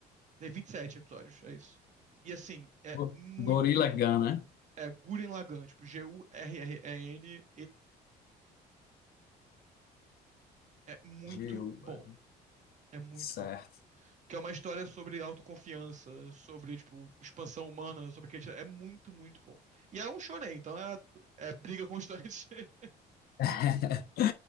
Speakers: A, on the right (about 45°); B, on the left (about 65°).
A: Tem 27 episódios, é isso. E assim, é
B: Go-
A: muito
B: Gorilla Gun,
A: bom.
B: né?
A: É Gurren Lagann, tipo G-U-R-R-E-N-L-A-G-A-N-N. É muito
B: G-U-R.
A: bom. É muito
B: Certo.
A: bom. Que é uma história sobre autoconfiança, sobre, tipo, expansão humana, sobre que É muito, muito bom. E é um shonen, então é, é briga constante. <laughs>
B: <laughs>